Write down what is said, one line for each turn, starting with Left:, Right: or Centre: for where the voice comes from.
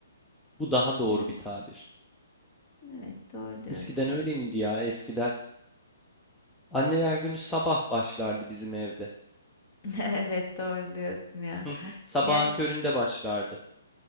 Centre: Bu daha doğru
Left: Evet,
Centre: bir tabir.
Left: evet doğru diyorsun.
Centre: Eskiden öyle miydi ya? Eskiden anneler günü sabah başlardı bizim evde.
Left: <laughs> Evet, doğru diyorsun ya.
Centre: Hı hı, sabahın
Left: Ya,
Centre: köründe başlardı.